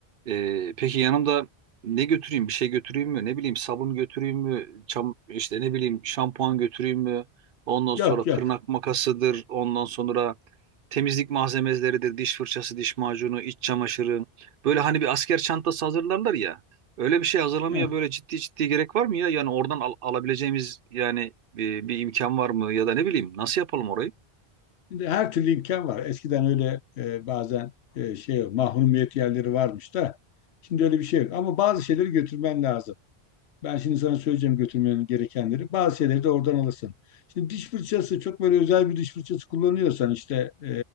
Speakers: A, on the right; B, on the left.
A: Ee, peki yanımda ne götüreyim? Bir şey götüreyim mi? Ne bileyim sabun götüreyim mi? Çam, işte ne bileyim şampuan götüreyim mi? Ondan
B: yok
A: sonra
B: yok.
A: tırnak makasıdır. Ondan sonra temizlik malzemeleridir. Diş fırçası, diş macunu, iç çamaşırı. Böyle hani bir asker çantası hazırlarlar ya. Öyle bir şey hazırlamaya
B: Heh.
A: böyle ciddi ciddi gerek var mı ya? Yani oradan al- alabileceğimiz yani bir, bir imkan var mı? Ya da ne bileyim nasıl yapalım orayı?
B: Şimdi her türlü imkan var. Eskiden öyle e, bazen e, şey mahrumiyet yerleri varmış da şimdi öyle bir şey yok. Ama bazı şeyleri götürmen lazım. Ben şimdi sana söyleyeceğim götürmenin gerekenleri. Bazı şeyleri de oradan alırsın. Şimdi diş fırçası çok böyle özel bir diş fırçası kullanıyorsan işte e,